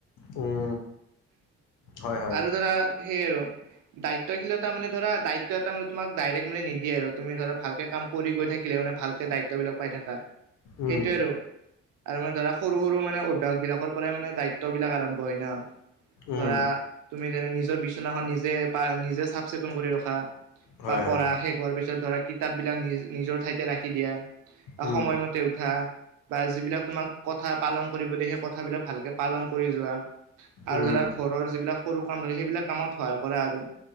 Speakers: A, on the left (about 80°); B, on the right (about 85°).
A: উম। হয় হয়
B: আৰু ধৰা সেই আৰু। দায়িত্বশীলতা মানে ধৰা দায়িত্ব এটা মানে তোমাক ডাইৰেক্ট মানে নিদিয়ে আৰু তুমি ধৰা ভালকে কাম কৰি গৈ থাকিলে মানে ভাল। দায়িত্ব বিলাক পাই থাকা
A: উম
B: সেইটোয়ে আৰু মানে ধৰা সৰু সৰু মানে। বিলাকৰ পৰাই মানে দায়িত্ব বিলাক আৰম্ভ হয় ন
A: উম
B: ধৰা তুমি নিজৰ বিচনাখন নিজে পাৰা নিজে চাফ চিকুণ কৰি ৰখা।
A: হয়
B: বা পঢ়া
A: হয়
B: শেষ হোৱাৰ পিছত ধৰা কিতাপ বিলাক নি নিজৰ ঠাইতে ৰাখি দিয়া।
A: উম
B: সময়মতে উঠা বা যিবিলাক তোমাক কথা পালন কৰিব দিয়ে সেই কথাবিলাক ভালকে পালন কৰি যোৱা। আৰু
A: উম
B: ধৰা ঘৰৰ যিবিলাক সৰু কাম থাকে সেইবিলাক কামত সহায় কৰা আৰু।